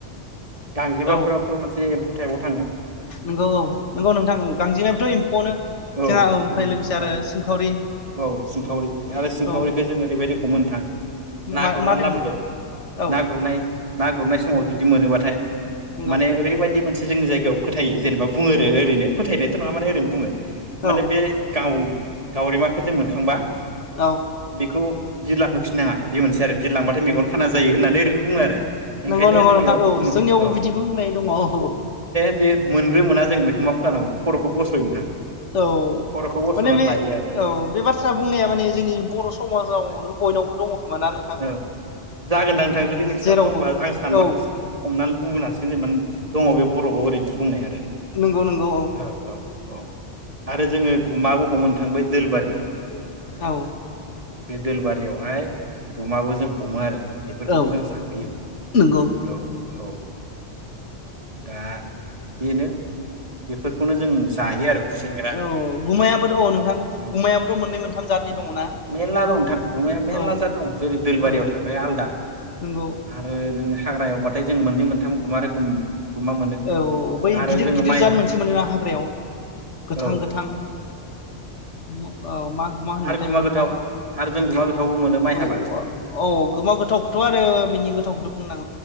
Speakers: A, on the right; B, on the left.
A: गांजिमा
B: औ
A: फोराबोथ' मोनसे एम्फौ टाइपाव थाङो‌।
B: नंगौ औ नंगौ नोंथां औ गांजेनायाबथ' एम्फौआनो
A: औ
B: जों ओमफ्राय
A: बे
B: लोगोसे आरो
A: औ
B: सिंखावरि
A: औ सिंखावरि आरो सिंखावरिखौ
B: औ
A: जों ओरैबायदि हमो नोंथां। ना
B: मा
A: गुरनानै
B: मा दङमोन
A: लाबोगोन
B: औ
A: ना गुरनाय ना गुरनाय समाव जुदि मोनोबाथाय
B: नंगौ
A: माने ओरैबायदि मोनसे जोंनि जायगायाव फोथायो जेनबा बुङो आरो ओरैनो फोथायनायाथ' नङा माने ओरैनो बुङो।
B: औ
A: माने बे गां गावरिमाखौ जों मोनखांबा
B: औ
A: बेखौ बिरलां होफिननाङा बे मोनसे आरो बिरलांबाथाय मेगन खाना जायो होननानै ओरैनो बुङो आरो ओंखायनो
B: नंगौ नंगौ
A: जोंनियाव
B: नोंथां औ
A: मो
B: जोंनियावबो
A: औ
B: बिदि बुंनाय दङ औ।
A: बे मोनग्रो मोना जों बेखौ मा फोनांगौ खर'खौ बस'यो नोंथां।
B: औ
A: खर'खौ बस'नानै
B: माने बे
A: लायो आरो
B: औ बे बाथ्रा बुंनाया माने जोंनि बर' समाजावनो बयनावबो दङ खोमा ना नों
A: औ जागोनदां नोंथां जुदि नोंसिनावबो
B: जेरावबो
A: दंबा आं सानबा
B: औ
A: हमनानै <unintelligible> हासिगोन जेनेबा दङ बे बर' <unintelligible> ओरैनो बुंनाय आरो
B: नंगौ नंगौ
A: औ औ औ आरो जों गुमाबो हमो नों थांबाय दोल बारियाव
B: औ।
A: बे दोल बारियावहाय गुमाबो जों हमो आरो बेफोरखौबो
B: औ
A: जों जाफैयो
B: नंगौ
A: औ औ। दा बेनो बेफोरखौनो जों जायो आरो खुसेंग्रा
B: औ गुमायाबोथ' औ नोंथां
A: औ
B: गुमायाबोथ' मोननै मोनथाम जादनि दङना
A: मेरला दं नोंथां गुमाया मेरला
B: औ।
A: जाद दं जेरै दोलबारियाव
B: औ
A: थाग्राया आलदा
B: नंगौ
A: आरो नों हाग्रा एवबाथाय जों मोननै मोनथाम गुमा रोखोम गुमा मोनो
B: औ बै
A: आरो
B: गिदिर
A: जोङो
B: गिदिर
A: माइ
B: जाद मोनसे मोनोना हाग्रायाव गोथां
A: औ
B: गोथां औ मा मा होनोमोनथाय
A: आरो गुमा
B: बेखौ
A: गोथाव
B: नोंथां
A: आरो जों गुमा गोथावबो मोनो माइ
B: औ
A: हाबा
B: औ औ गोमा गोथावखौथ' आरो बिनि गोथावखौथ' बुंनां